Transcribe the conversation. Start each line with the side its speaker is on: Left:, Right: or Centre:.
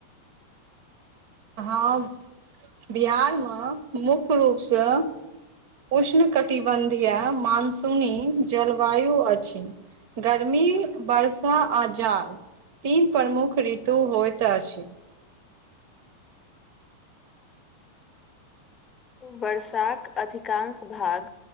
Right: हँ बिहारमे मुख्य रूपसँ उष्ण कटिबन्धीय मानसूनी जलवायु अछि गर्मी वर्षा आ जार तीन प्रमुख ऋतु होइत अछि
Left: वर्षाक अधिकांश भाग